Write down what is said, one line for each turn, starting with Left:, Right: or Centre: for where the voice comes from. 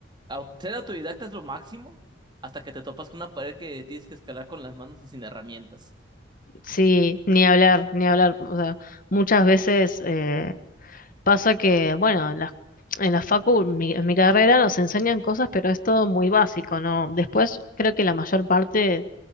Right: au- ser autodidacta es lo máximo hasta que te topas con una pared que tienes que escalar con las manos y sin herramientas.
Left: Sí, ni hablar, ni hablar. O sea, muchas veces... eh, Pasa que, bueno, las- en la facu, mi- en mi carrera nos enseñan cosas, pero es todo muy básico, ¿no? Después creo que la mayor parte,